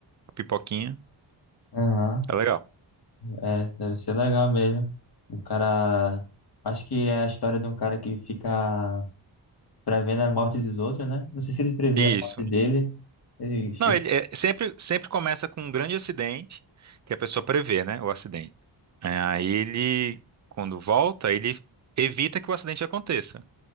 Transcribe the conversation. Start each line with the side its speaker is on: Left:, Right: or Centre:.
Right: pipoquinha.
Left: Aham,
Right: É legal.
Left: É, deve ser legal mesmo. O cara, acho que é a história de um cara que fica prevendo a morte dos outros, né? Não sei se ele prevê
Right: Isso.
Left: a morte dele. Ele
Right: Não, ele é- sempre, sempre começa com um grande acidente, que a pessoa prevê, né, o acidente. É, aí ele, quando volta, ele evita que o acidente aconteça.